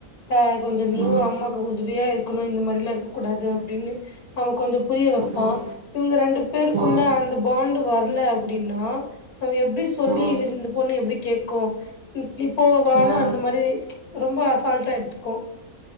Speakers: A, on the left; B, on the right.
A: ஆ கொஞ்சோ நீயு
B: ம்
A: அம்மாக்கு கொஞ்ச உதிவையா இருக்கணும் இந்த மாரிலாம் இருக்கக்கூடாது அப்டின்னு அவங்க கொஞ்சோ புரிய வெப்பான்
B: ம்
A: இவங்க ரெண்டு பேருக்குள்ள
B: ம்
A: அந்த பாண்ட் வரல அப்படின்னா நம்ம எப்டி சொல்லி
B: ம்
A: இந்த பொண்ணு எப்டி கேக்கும் உ இப்போ வான
B: ஆ
A: அந்த மாரி ரொம்ப அசால்ட்டா எடுத்துக்கும்